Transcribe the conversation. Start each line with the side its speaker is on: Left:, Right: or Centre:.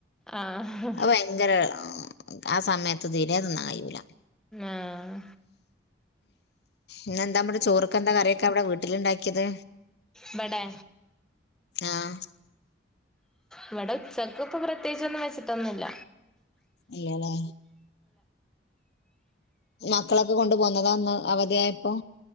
Centre: ആഹ്
Left: അ ഭയങ്കര ആ, ആ സമയത്ത് തീരെ നന്നായുല
Centre: ആഹ്
Left: ഇന്ന് എന്താ നമ്മുടെ ചോറക്കെന്താ കറൊക്കെ അവിടെ. വീട്ടില ഉണ്ടാക്കിയത്
Centre: ഇവടെ
Left: ആഹ്
Centre: ഇവിടെ ഉച്ചക്ക് ഇപ്പ പ്രത്യേകിച്ചൊന്നും വെച്ചിട്ടൊന്നുമില്ല.
Left: ഇല്ലല്ലേ മക്കളൊക്കെ കൊണ്ട പോന്നതാന്ന് അവധിയായപ്പോ